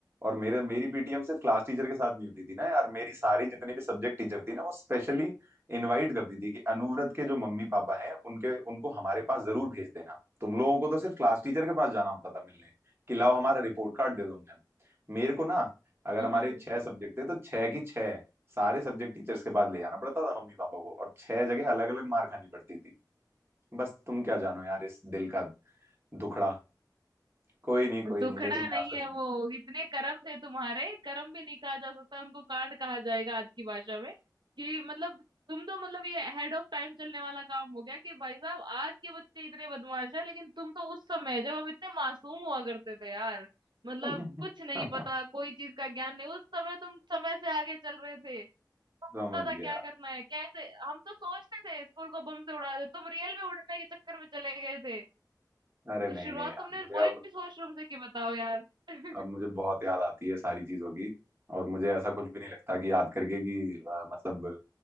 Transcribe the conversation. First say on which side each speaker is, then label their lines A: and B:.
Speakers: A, on the right (about 30°); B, on the right (about 80°).
A: और मेरे मेरी पीटीएम सिर्फ क्लास टीचर के साथ नहीं होती थी ना यार मेरी सारी जितनी भी सब्जेक्ट टीचर थी ना वो स्पेशली इनवाइट करती थी कि अनुव्रत के जो मम्मी पापा हैं उनके उनको हमारे पास जरूर भेज देना तुम लोगों को तो सिर्फ क्लास टीचर के पास जाना होता था मिलने कि लाओ हमारा रिपोर्ट कार्ड दे दो मैम मेरे को ना अगर
B: हम्म,
A: हमारे
B: हाँ
A: छह सब्जेक्ट थे तो छह की छह सारे सब्जेक्ट टीचर्स के पास ले जाना पड़ता था मम्मी पापा को और छह जगह अलग अलग मार खानी पड़ती थी बस तुम क्या जानो यार इस दिल का दुखड़ा कोई नहीं कोई
B: दुखड़ा
A: नहीं लेकिन
B: नहीं
A: यार सच
B: है वो इतने कर्म थे तुम्हारे कर्म भी नहीं कहा जा सकता उनको कांड कहा जाएगा आज की भाषा में कि मतलब तुम तो मतलब ये हेड ऑफ टाइम चलने वाला काम हो गया कि भाई साहब आज के बच्चे इतने बदमाश है लेकिन तुम तो उस समय जब हम इतने मासूम हुआ करते थे यार मतलब
A: में
B: कुछ नहीं
A: <laughs>
B: पता कोई चीज का ज्ञान नहीं उस समय तुम समय से आगे चल रहे थे
A: समझ
B: दादा
A: गया
B: क्या करना है कैसे हम तो सोचते थे स्कूल को बम से उड़ा दे तुम रियल में उड़ने के चक्कर में चले गए थे
A: अरे
B: और
A: नहीं
B: शुरुआत
A: नहीं यार
B: तुमने
A: मुझे
B: बॉयज
A: अब
B: वॉशरूम से की बताओ यार <laughs>
A: अब मुझे बहुत याद आती है सारी चीजों की और मुझे ऐसा कुछ भी नहीं लगता कि याद करके कि अ, मतलब